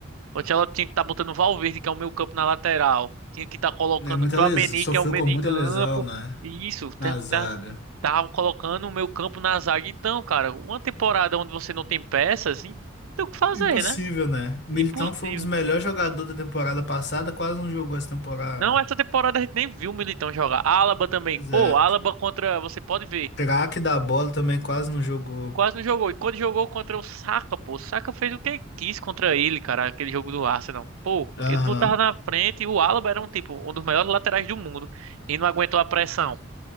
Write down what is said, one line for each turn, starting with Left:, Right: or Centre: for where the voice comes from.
Right: O Ancelotti tinha que estar botando Valverde, que é o meio campo na lateral. Tinha que estar colocando
Left: É muita
Right: Tchouaméni,
Left: lesão. Sofreu
Right: que é o meio
Left: com
Right: de
Left: muita
Right: campo.
Left: lesão, né?
Right: E isso,
Left: Na
Right: tá,
Left: zaga.
Right: tá- tava colocando o meio campo na zaga. Então, cara, uma temporada onde você não tem peças, assim, tem o que fazer,
Left: Impossível,
Right: né?
Left: né? O Militão
Right: Impossível.
Left: foi um dos melhores jogadores da temporada passada, quase não jogou essa temporada.
Right: Não, essa temporada a gente nem viu o Militão jogar. Alaba também.
Left: Pois
Right: Pô,
Left: é.
Right: Alaba contra, você pode ver.
Left: Craque da bola também quase não jogou.
Right: Quase não jogou. E quando jogou contra o Saka, pô, o Saka fez o que quis contra ele, cara, aquele jogo do Arsenal. Pô,
Left: Aham,
Right: ele botava na frente e o Alaba era um tipo, um dos melhores laterais do mundo e não aguentou a pressão.